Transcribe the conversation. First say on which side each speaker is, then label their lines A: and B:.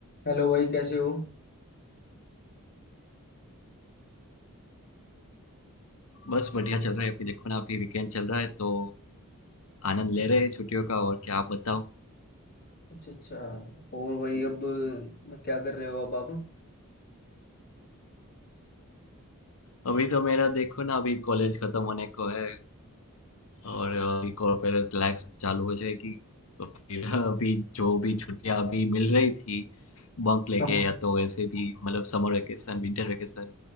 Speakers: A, on the left (about 45°); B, on the left (about 70°).
A: Hello भाई कैसे हो
B: बस बढ़िया चल रहा है अभी देखो ना अभी वीकेंड चल रहा है तो आनंद ले रहे हैं छुट्टियों का और क्या आप बताओ
A: अच्छा अच्छा और भाई अब क्या कर रहे हो अब आप
B: अभी तो मेरा देखो ना अभी कॉलेज खत्म होने को है और अभी कॉर्पोरेट लाइफ चालू हो जाएगी तो फिर अभी जो भी छुट्टियां अभी मिल रही थी बंक लेके
A: हाँ
B: या तो ऐसे भी मतलब समर वेकेशन विंटर वेकेशन